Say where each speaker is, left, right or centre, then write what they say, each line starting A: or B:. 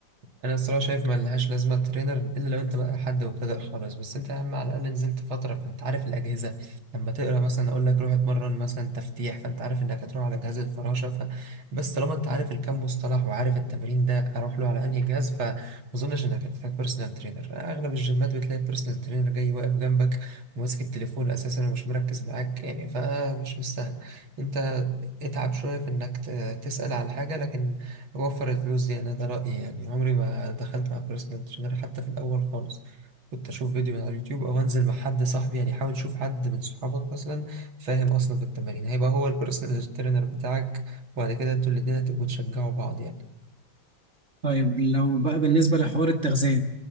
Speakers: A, on the right (about 85°); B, on the right (about 35°).
A: انا الصراحه شايف ما لهاش لازمه ترينر الا لو انت بقى حد مبتدئ خالص بس انت يا عم على الاقل نزلت فتره فانت عارف الاجهزه لما تقرا مثلا اقول لك روح اتمرن مثلا تفتيح فانت عارف انك هتروح على جهاز الفراشه ف... بس طالما انت عارف الكام مصطلح وعارف التمرين ده اروح له على انهي جهاز فما اظنش انك هتحتاج بيرسونال ترينر اغلب الجيمات بتلاقي بيرسونال ترينر جاي واقف جنبك وماسك التليفون اساسا ومش مركز معاك يعني فمش مستاهل انت اتعب شويه في انك ت- تسال على الحاجه لكن وفر الفلوس دي انا ده رأيي يعني عمري ما دخلت مع بيرسونال ترينر حتى في الاول خالص كنت اشوف فيديو من على اليوتيوب او انزل مع حد صاحبي يعني حاول شوف حد من صحابك مثلا فاهم اصلا في التمارين هيبقى هو البيرسونال ترينر بتاعك وبعد كده انتوا الاتنين هتبقوا تشجعوا بعض يعني
B: طيب لو بقى بالنسبة لحوار التغذية